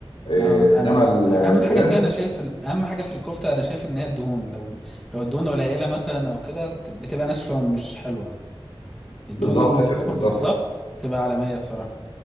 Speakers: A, on the left (about 70°); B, in the centre.
A: إيه
B: اه
A: انما
B: انا
A: ال-
B: اهم
A: الفراخ
B: حاجه فيها انا شايف ال- اهم حاجه في الكفته انا شايف ان هي الدهون لو لو الدهون قليله مثلا او كده ت- بتبقى ناشفه ومش حلوه الدهون
A: بالظبط
B: لو مظبوطه
A: كده بالظبط
B: بالظبط تبقى عالميه بصراحه